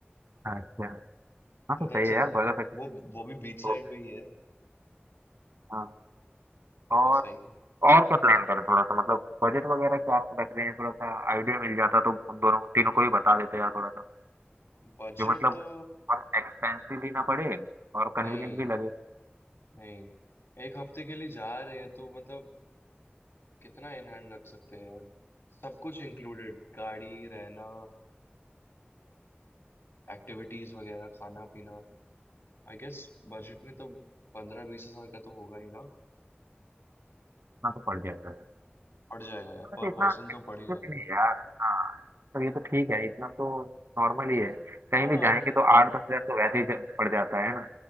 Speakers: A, on the right; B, on the left.
A: अच्छा हाँ तो
B: उधर
A: सही
B: चलते
A: है यार बर्गर
B: हैं
A: फैक्ट्री
B: वो वो भी बीच
A: तो
B: साइड पे ही है
A: हाँ और
B: तो सही है
A: और क्या प्लान करें थोड़ा सा मतलब बजट वगैरह क्या आप रख रहे हैं थोड़ा सा आइडिया मिल जाता तो उन दोनों तीनों को ही बता देते यार थोड़ा सा
B: बजट
A: जो मतलब
B: तो
A: बहुत एक्सपेंसिव भी ना पड़े और
B: नहीं
A: कन्वीनियंट भी लगे
B: नहीं एक हफ्ते के लिए जा रहे हैं तो मतलब कितना इन हैंड रख सकते हैं यार सब कुछ इंक्लूडेड गाड़ी रहना एक्टिविटीज वगैरह खाना पीना आई गेस बजट में तो पंद्रह बीस हजार का तो होगा ही ना
A: इतना तो पड़ जाएगा यार
B: पड़ जाएगा यार
A: वैसे
B: पर
A: इतना
B: पर्सन तो पड़ ही जाएगा
A: नहीं नहीं यार हाँ तो ये तो ठीक है इतना तो नॉर्मल
B: इतना
A: ही है कहीं
B: हाँ
A: भी जाएंगे तो आठ दस हजार तो वैसे ही जा- पड़ जाता है ना